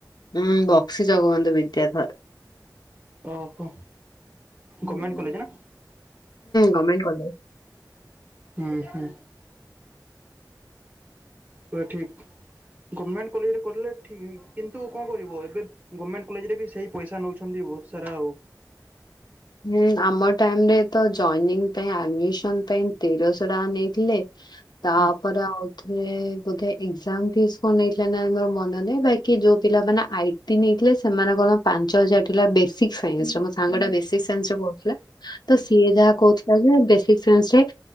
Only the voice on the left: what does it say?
ହୁଁ ବକ୍ସି ଜଗବନ୍ଧୁ ବିଦ୍ୟାଧର।
ହୁଁ
ଗମେଣ୍ଟ କଲେଜ।
ହୁଁ ଆମ ଟାଇମରେ ତ ଜଏନିଂ ପାଇଁ ଆଡମିସନ ପାଇଁ ତେରଶହ ଟଙ୍କା ନେଇଥିଲେ। ତାପରେ
ଆଉ ରେ ବୋଧେ ଏକ୍ସାମ ଫିସ କଣ ନେଇଥିଲା ନା ମୋର ମନେ ନାହିଁ ବାକି ଯୋଉ ପିଲାମାନେ ଆଇ ଟି ନେଇଥିଲେ ସେମାନେ କଣ ପାଞ୍ଚ ହଜାର ଥିଲା ବେସିକ ସାଇନ୍ସରେ ମୋ ସାଙ୍ଗଟା ବେସିକ୍ ସିଏ କହୁଥିଲା ସିଏ ଯାହା କହୁଥିଲା ଯେ ବେସିକ୍ ସାଇନ୍ସରେ